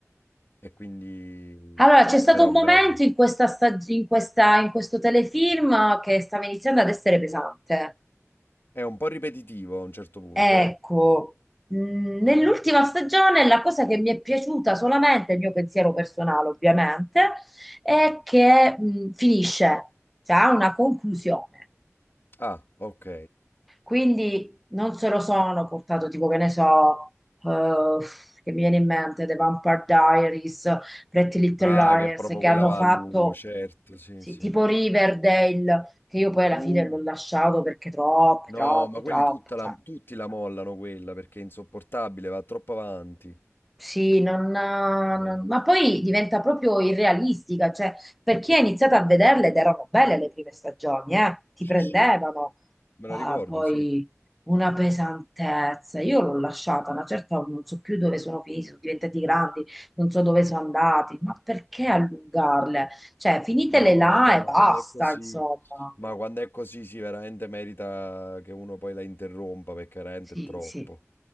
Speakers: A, on the left; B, in the centre.
A: E quindi...
B: Allora, c'è stato
A: Però
B: un
A: bello.
B: momento in questa stag- in questa- in questo telefilm che stava iniziando ad essere pesante.
A: È un po' ripetitivo a un certo punto,
B: Ecco,
A: eh.
B: mh, nell'ultima stagione la cosa che mi è piaciuta solamente, il mio pensiero personale ovviamente, è che mh, finisce, cioè ha una conclusione.
A: Ah, ok.
B: Quindi non se lo sono portato tipo che ne so, eh, che mi viene in mente The Vampire Diaries, Pretty Little
A: Ah,
B: Liars,
A: che è proprio
B: che
A: quella
B: hanno
A: va
B: fatto
A: a lungo, certo, sì,
B: sì,
A: sì.
B: tipo Riverdale, che io poi alla
A: Uh,
B: fine l'ho lasciato perché troppe,
A: no,
B: troppe,
A: ma quelli
B: troppe,
A: tutta la-
B: cioè
A: tutti la mollano quella perché è insopportabile, va troppo avanti.
B: Sì, non, non-
A: Eh,
B: ma poi diventa proprio irrealistica, cioè per chi ha iniziato a vederle ed erano belle le prime stagioni, eh,
A: Sì,
B: ti prendevano,
A: sì, me la
B: Ah,
A: ricordo,
B: poi
A: sì.
B: una pesantezza, io l'ho lasciata, una certa non so più dove sono finiti, sono diventati grandi, non so dove sono andati, ma perché allungarle? Cioè finitele
A: No,
B: là
A: vabbè,
B: e
A: ma
B: basta,
A: quando è così,
B: insomma,
A: ma quando è così, sì, veramente merita che uno poi la interrompa perché veramente
B: sì,
A: è troppo.
B: sì.